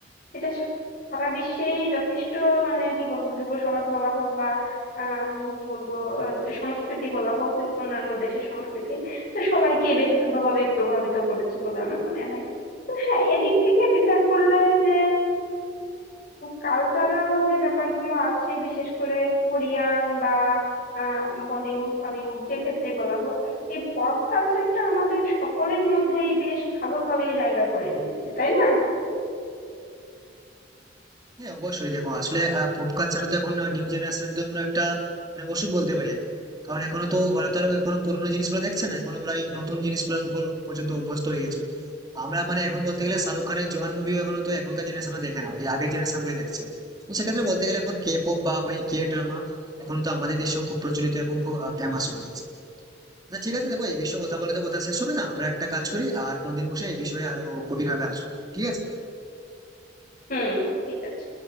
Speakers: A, on the left; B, on the right.
A: সেটা সারা বিশ্বেই যথেষ্ট মানে কি বলবো যুব সমাজ বলা হোক বা আম, কি বলবো আহ, সংস্কৃতি বলা হোক অন্যান্য দেশের সংস্কৃতি তো সবাইকেই বেশ ভালোভাবে প্রভাবিত করেছে বলে আমার মনে হয় হ্যাঁ এদিক থেকে বিচার করলে যে কালচারাল যে ব্যাপারগুলো আছে বিশেষ করে কোরিয়ান বা আহ, বলিউড হলিউড যে ক্ষেত্রেই বলা হোক এই পপ কালচারটা আমাদের সকলের মধ্যেই বেশ ভালোভাবেই জায়গা করে নিয়েছে তাই না
B: হ্যাঁ অবশ্যই দেখো আসলে পপ কালচারটা তো এখন নিউ জেনারেশনের জন্য একটা মানে ওষুধ বলতে পারি আমি কারণ এখনো তো ওরা তো আর এখনো পুরোনো জিনিসগুলো দেখছে না এখন ওরা এই নতুন জিনিসগুলোর উপর পর্যন্ত অভ্যস্ত হয়ে গেছে আমরা মানে এখন বলতে গেলে শাহরুখ খানের জওয়ান মুভিও এখন তো এখনকার জেনারেশনরা দেখে না ওই আগের জেনারেশন গুলো দেখছে তো সেক্ষেত্রে বলতে গেলে এখন কে পপ বা ওই কে ড্রামা এখন তো আমাদের দেশেও খুব প্রচলিত এবং খুব ফেমাস হয়ে গেছে আচ্ছা ঠিক আছে দেখো এই বিষয়ে কথা বলে তো কথা শেষ হবে না আমরা একটা কাজ করি আর কোনদিন বসে এই বিষয়ে আরো গভীরভাবে আসবো ঠিক আছে
A: হুম ঠিক আছে